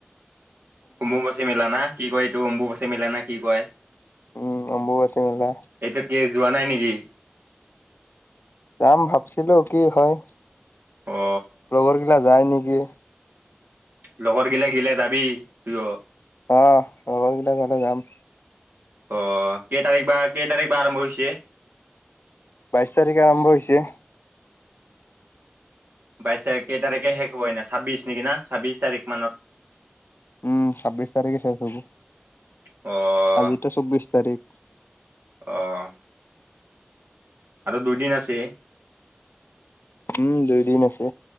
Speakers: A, on the right; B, on the left.
A: অম্বুবাচী মেলা না কি কয় এইটো অম্বুবাচী মেলা না কি কয়?
B: উম! অম্বুবাচী মেলা।
A: এইটো কি যোৱা নাই নেকি?
B: যাম ভাবছিলো কি হয়?
A: অ
B: লগৰ গিলা যায় নেকি?
A: লগত গিলা গেলে যাবি তইও?
B: অঁ! লগৰ কেইটা গলে যাম।
A: অঁ! কেই তাৰিখ বা কেই তাৰিখ বা আৰম্ভ হৈছে?
B: বাইছ তাৰিখে আৰম্ভ হৈছে।
A: বাইছ তাৰিখ কেই তাৰিখে শেষ হ'ব এনে ছাব্বিশ নেকি না ছাব্বিশ তাৰিখ মানত।
B: উম! ছাব্বিশ তাৰিখে শেষ হ'ব।
A: অহ!
B: আজিতো চৌবিশ তাৰিখ
A: অহ! আৰু দুইদিন আছে।
B: উম, দুইদিন আছে।